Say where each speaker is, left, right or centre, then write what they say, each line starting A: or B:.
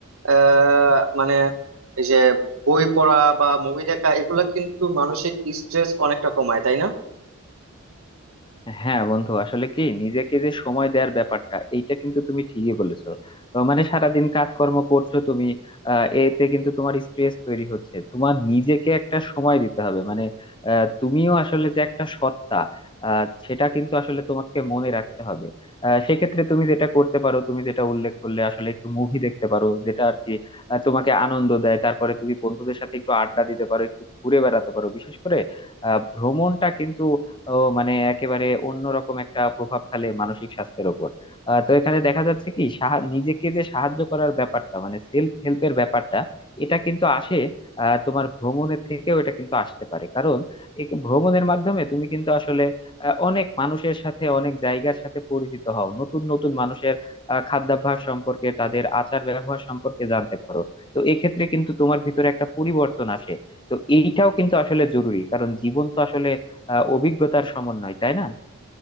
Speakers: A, on the right; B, on the left.
A: আহ, মানে এই যে বই পড়া বা মুভি দেখা এগুলা কিন্তু মানসিক স্ট্রেস অনেকটা কমায় তাই না
B: হ্যাঁ বন্ধু আসলে কি নিজেকে যে সময় দেওয়ার ব্যাপারটা এইটা কিন্তু তুমি ঠিকই বলেছো আহ, মানে সারাদিন কাজকর্ম করছো তুমি আহ, এতে কিন্তু তোমার স্ট্রেস তৈরি হচ্ছে তোমার নিজেকে একটা সময় দিতে হবে মানে আহ, তুমিও আসলে যে একটা সত্তা আহ, সেটা কিন্তু আসলে তোমাকে মনে রাখতে হবে আহ, সেক্ষেত্রে তুমি যেটা করতে পারো তুমি যেটা উল্লেখ করলে আসলে একটু মুভি দেখতে পারো যেটা আর কি আহ, তোমাকে আনন্দ দেয় তারপরে তুমি বন্ধুদের সাথে একটু আড্ডা দিতে পারো একটু ঘুরে বেড়াতে পারো বিশেষ করে আহ ভ্রমণটা কিন্তু ও মানে একেবারে অন্যরকম একটা প্রভাব ফেলে মানসিক স্বাস্থ্যের উপর আহ, তো এখানে দেখা যাচ্ছে কি সাহা- নিজেকে যে সাহায্য করার ব্যাপারটা মানে সেলফ হেল্পের ব্যাপারটা এটা কিন্তু আসে আহ, তোমার ভ্রমণের থেকেও এটা কিন্তু আসতে পারে কারণ এই ভ্রমণের মাধ্যমে তুমি কিন্তু আসলে আহ, অনেক মানুষের সাথে অনেক জায়গার সাথে পরিচিত হও নতুন নতুন মানুষের আহ, খাদ্যাভ্যাস সম্পর্কে তাদের আচার ব্যবহার সম্পর্কে জানতে পারো তো এক্ষেত্রে কিন্তু তোমার ভিতরে একটা পরিবর্তন আসে তো এইটাও কিন্তু আসলে জরুরি কারণ জীবন তো আসলে আহ অভিজ্ঞতার সমন্বয় তাই না